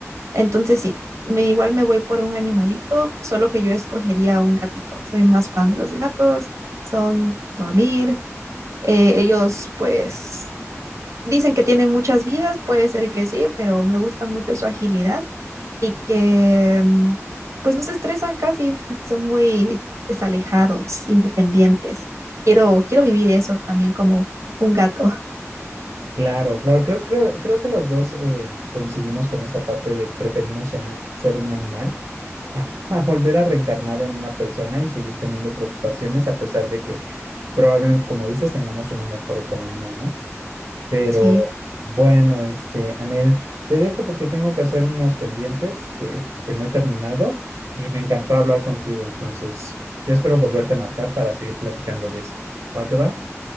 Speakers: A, on the right; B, on the right.
A: Entonces sí, me igual me voy por un animalito, solo que yo escogería un gatito. Soy más fan de los gatos, son dormir. eh, ellos pues dicen que tienen muchas vidas, puede ser que sí, pero me gusta mucho su agilidad y que mm, pues no se estresan casi, <laughs> son muy desalejados, independientes. Quiero, quiero vivir eso también como un gato.
B: Claro, claro. Creo, creo, creo que los dos eh, coincidimos con esta parte de preferimos ya ser un animal <laughs> a, a volver a reencarnar en una persona y seguir teniendo preocupaciones a pesar de que probablemente, como dices, tengamos una mejor economía, ¿no? Pero
A: Sí,
B: bueno, este, Anel, te dejo porque tengo que hacer unos pendientes que, que no he terminado y me encantó hablar contigo. Entonces, yo espero volverte a marcar para seguir platicando de esto. ¿Va que va?